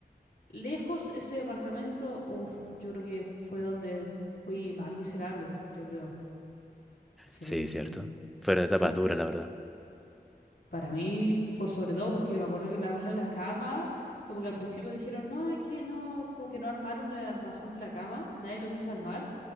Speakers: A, on the left (about 70°); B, in the centre.
A: lejos ese departamento, uff, yo creo que fue donde fui más miserable, yo creo. Sí,
B: Sí,
A: sí.
B: cierto. Fueron etapas
A: Sí,
B: duras, la verdad.
A: Para mí, por sobre todo, porque me acuerdo que la, <laughs> la cama, como que al principio dijeron, no, es que no, como que no armaron el armazón de la cama, nadie lo quiso armar.